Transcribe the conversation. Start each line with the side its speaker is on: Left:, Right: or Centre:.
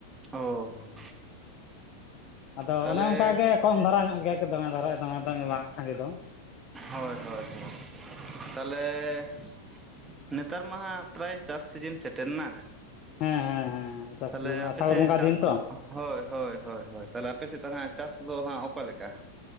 Right: ᱚ
Left: ᱟᱫᱚ
Right: ᱛᱟᱦᱚᱞᱮ
Left: ᱚᱱᱮ ᱚᱱᱠᱟ ᱜᱮ ᱠᱚᱢ ᱫᱷᱟᱨᱟ ᱧᱚᱜ ᱜᱮᱭᱟ ᱫᱚᱢᱮ ᱫᱷᱟᱨᱟ ᱫᱚᱢᱮ ᱵᱟᱝ ᱥᱟᱸᱜᱮ ᱫᱚ ᱾
Right: ᱦᱚᱭ ᱦᱚᱭ ᱦᱚᱭ ᱛᱟᱦᱚᱞᱮ ᱱᱮᱛᱟᱨ ᱢᱟᱦᱟᱸ ᱯᱨᱟᱭ ᱪᱟᱥ ᱥᱤᱡᱤᱱ ᱥᱮᱴᱮᱨ ᱱᱟ ᱾
Left: ᱦᱮᱸ ᱦᱮᱸ ᱦᱮᱸ ᱪᱟᱥ
Right: ᱛᱟᱦᱚᱞᱮ
Left: ᱫᱤᱱ
Right: ᱟᱯᱮ
Left: ᱟᱥᱟᱲ
Right: ᱥᱮᱫ
Left: ᱵᱚᱸᱜᱟ
Right: ᱪᱟᱥ
Left: ᱫᱤᱱ ᱛᱚ
Right: ᱦᱚᱭ ᱦᱚᱭ ᱦᱚᱭ ᱛᱟᱦᱚᱞᱮ ᱟᱯᱮᱥᱮᱫ ᱦᱟᱸᱜ ᱪᱟᱥ ᱫᱚ ᱦᱟᱸᱜ ᱚᱠᱟ ᱞᱮᱠᱟ?